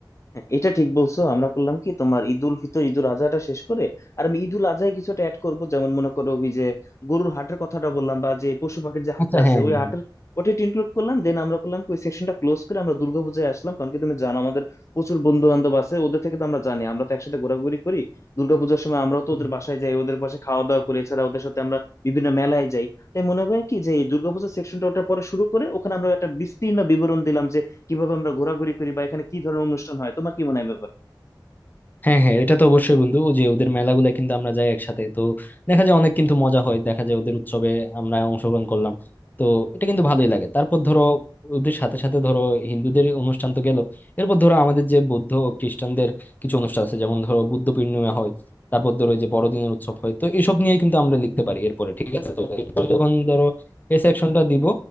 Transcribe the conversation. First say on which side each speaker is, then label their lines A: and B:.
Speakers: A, on the left (about 40°); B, on the left (about 25°).
A: হ্যাঁ, এটা ঠিক বলছো আমরা করলাম কি তোমার ঈদুল ফিতর ঈদুল আজহাটা শেষ করে আর আমি ঈদুল আজহায় কিছুটা অ্যাড করব যেমন মনে করো ওই যে গরুর হাটের কথাটা বললাম বা যে পশু পাখির যে হাট
B: আচ্ছা
A: আছে
B: হ্যাঁ হ্যাঁ
A: ওই হাটের ওটা ইনক্লুড করলাম দেন আমরা করলাম কি ওই সেকশনটা ক্লোজ করে আমরা দুর্গাপূজায় আসলাম কারণ কি তুমি জানো আমাদের প্রচুর বন্ধু বান্ধব আছে ওদের থেকে তো আমরা জানি আমরা তো একসাথে ঘোরাঘুরি করি দুর্গাপূজার সময় আমরাও তো
B: হ্যাঁ।
A: ওদের বাসায় যাই ওদের পাশে খাওয়া দাওয়া করি এছাড়া ওদের সাথে আমরা বিভিন্ন মেলায় যাই তাই মনে হয় কি যে এই দুর্গাপূজার সেকশনটা ওটা পরে শুরু করে ওখানে আমরা একটা বিস্তীর্ণ বিবরণ দিলাম কিভাবে আমরা ঘোরাঘুরি করি বা এখানে কি ধরনের অনুষ্ঠান হয় তোমার কি মনে হয় এ ব্যাপারে
B: হ্যাঁ হ্যাঁ এটা তো অবশ্যই বন্ধু ও যে ওদের মেলাগুলা কিন্তু আমরা যাই একসাথে তো দেখা যায় অনেক কিন্তু মজা হয় দেখা যায় ওদের উৎসবে আমরা অংশগ্রহণ করলাম তো এটা কিন্তু ভালোই লাগে তারপর ধরো ওদের সাথে সাথে ধরো হিন্দুদের অনুষ্ঠান তো গেল এরপর ধরো আমাদের যে বৌদ্ধ ও খ্রিস্টানদের কিছু অনুষ্ঠান আছে যেমন ধরো বুদ্ধ পূর্ণিমা হয় তারপর ধরো এই যে বড়দিনের উৎসব হয় তো এসব নিয়ে কিন্তু আমরা লিখতে পারি এরপরে ঠিক আছে তো এরপর যখন ধরো এই সেকশনটা দিব